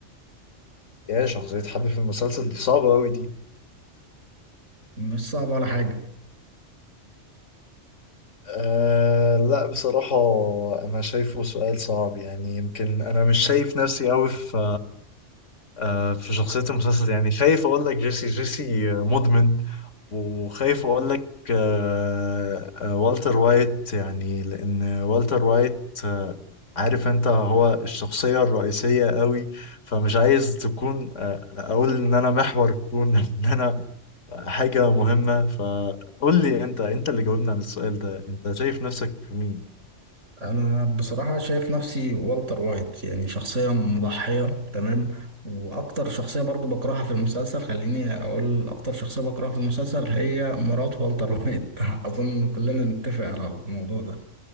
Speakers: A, on the left (about 80°); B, on the right (about 85°).
A: يا شخصية حبي في المسلسل دي صعبة أوي دي
B: مش صعب ولا حاجة
A: آه لا بصراحة أنا شايفه سؤال صعب يعني يمكن أنا مش شايف نفسي أوي في آه في شخصية المسلسل يعني خايف أقول لك جيسي جيسي مدمن وخايف أقول لك آه آه والتر وايت يعني لأن والتر وايت آه عارف أنت هو الشخصية الرئيسية أوي فمش عايز تكون آه، اقول ان انا محور الكون <laughs> ان انا حاجة مهمة فقول لي انت انت اللي جاوبنا عن السؤال ده انت شايف نفسك في مين؟
B: انا بصراحة شايف نفسي والتر وايت يعني شخصية مضحية تمام واكتر شخصية برضو بكرهها في المسلسل خليني اقول اكتر شخصية بكرهها في المسلسل هي مرات والتر وايت <laughs> اظن كلنا نتفق على الموضوع ده